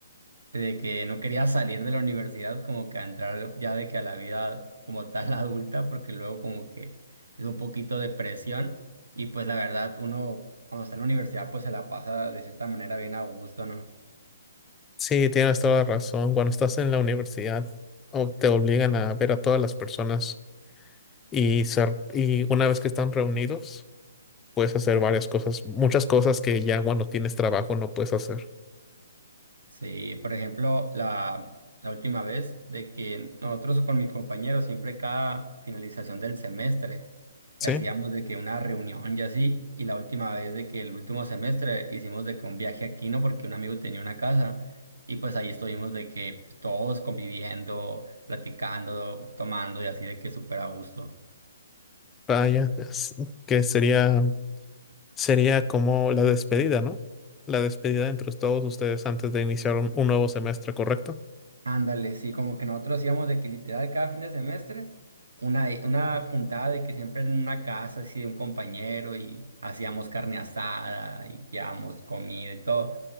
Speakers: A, on the right; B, on the left.
A: de que no quería salir de la universidad, como que a entrar ya de que a la vida como tal <laughs> adulta, porque luego como que es un poquito de presión y pues la verdad uno cuando está en la universidad pues se la pasa de cierta manera bien a gusto, ¿no?
B: Sí, tienes toda la razón, cuando estás en la universidad o te obligan a ver a todas las personas y, ser- y una vez que están reunidos. puedes hacer varias cosas, muchas cosas que ya cuando tienes trabajo no puedes hacer.
A: Sí, por ejemplo, la, la última vez de que nosotros con mis compañeros, siempre cada finalización del semestre,
B: Sí,
A: hacíamos de que una reunión y así, y la última vez de que el último semestre hicimos de que un viaje a Quino porque un amigo tenía una casa, y pues ahí estuvimos de que pues, todos conviviendo, platicando, tomando y así de que súper a gusto.
B: vaya, es- que sería, sería como la despedida, ¿no? La despedida entre todos ustedes antes de iniciar un, un nuevo semestre, ¿correcto?
A: Ándale, sí, como que nosotros hacíamos de que literal cada fin de semestre una, una juntada de que siempre en una casa así de un compañero y hacíamos carne asada y llevábamos comida y todo.